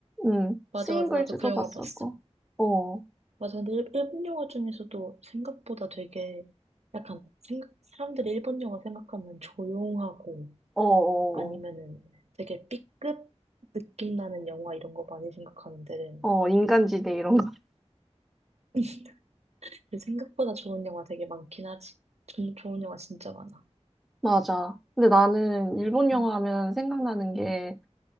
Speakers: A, in the centre; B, on the right.
A: 응,
B: 맞아,
A: 스윙걸즈도
B: 맞아. 나도 그 영화
A: 봤었고.
B: 봤어.
A: 어, 어,
B: 맞아. 근데 일, 본 영화 중에서도 생각보다 되게 약간 생각, 사람들이 일본 영화 생각하면 조용하고
A: 어, 어,
B: 아니면은 되게 B급 느낌 나는 영화 이런 거 많이 생각하는데
A: 어, 인간지대 이런 거. <laughs>
B: <laughs> 근데 생각보다 좋은 영화 되게 많긴 하지. 좀 좋은 영화 진짜 많아.
A: 맞아. 근데 나는 일본 영화
B: 응,
A: 하면 생각나는 게